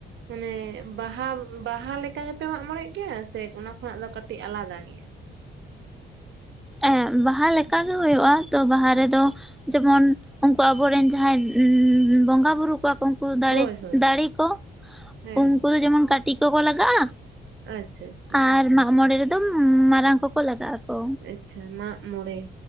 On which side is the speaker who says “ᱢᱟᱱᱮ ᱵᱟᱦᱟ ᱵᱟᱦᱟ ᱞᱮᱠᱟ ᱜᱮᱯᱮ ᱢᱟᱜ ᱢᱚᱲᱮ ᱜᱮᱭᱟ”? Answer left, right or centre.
Right